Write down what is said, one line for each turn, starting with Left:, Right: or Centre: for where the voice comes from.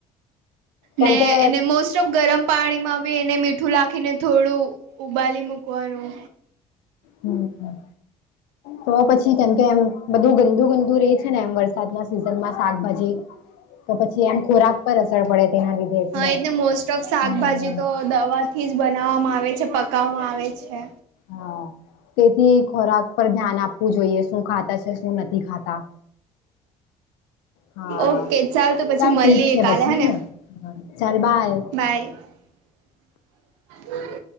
Left: કેમકે
Right: ને એ મોસ્ટ ઓફ ગરમ પાણીમાં બી એને મીઠું લખીને થોડું ઉબાલી મૂકવાનું
Left: હમ તો પછી કેમ કે એમ બધું ગંદુ ગંદુ રે છે ને એમ વરસાદ ના સનમાં શાકભાજી તો પછી એમ ખોરાક પર અસર પડે તેના લીધે એટલે
Right: હા એ મોસ્ટ તફ શાકભાજી
Left: હમ
Right: તો દવા થી જ બનાવવામાં આવે છે પકાવવામાં આવે છે
Left: હા તેથી ખોરાક પર ધ્યાન આપવું જોઈએ શું ખાતા છે શું નથી ખાતા હા
Right: ઓકે તો પછી
Left: ચાલ
Right: મળીએ
Left: ઠીક છે પછી
Right: કાલે હે
Left: હને
Right: ને
Left: ચાલ બાય
Right: બાય